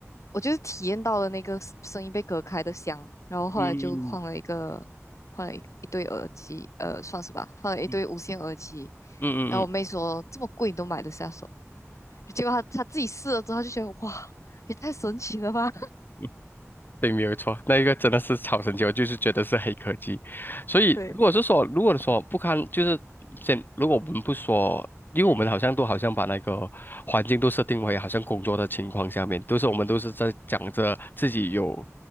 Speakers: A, on the left; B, on the left.
A: 我就是体验到了那个声音被隔开的香，然后后来就换了一个换了一一对耳机，
B: 嗯
A: 呃，算是吧，换了一对无线耳机。
B: 嗯嗯嗯嗯，
A: 然后我妹说这么贵你都买得下手，结果他他自己试了之后就觉得哇，也太神奇了吧
B: 嗯 <laughs> 对，没有错，那一个真的是超神奇，我就是觉得是黑科技。所以，
A: <laughs>！对，
B: 如果是说，如果说不堪，就是先，如果我们不说，因为我们好像都好像把那个环境都设定为好像工作的情况下面，都是我们都是在讲着自己有